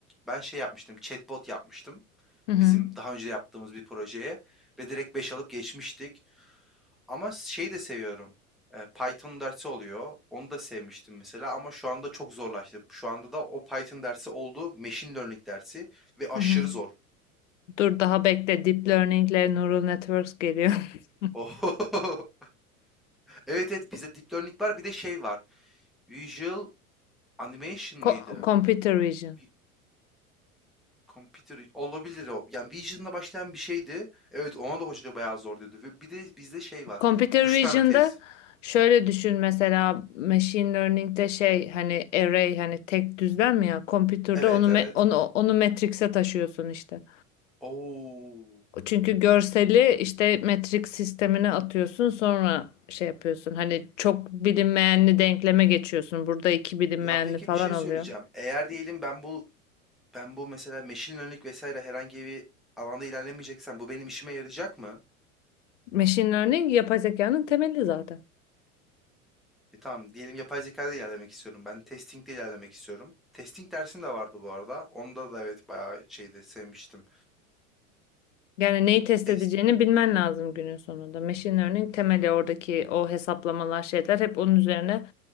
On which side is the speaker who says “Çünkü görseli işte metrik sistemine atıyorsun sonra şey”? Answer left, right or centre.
Left